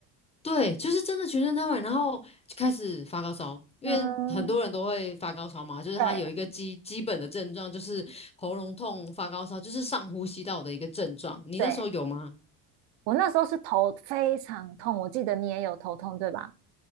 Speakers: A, on the left; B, on the right.
A: 对，就是真的全身瘫痪，然后就开始发高烧，因为很多人都会发高烧嘛，
B: 嗯，
A: 就是他有一个基基本的症状，
B: 对
A: 就是喉咙痛、发高烧，就是上呼吸道的一个症状。你那时候有吗？
B: 对，我那时候是头非常痛，我记得你也有头痛对吧？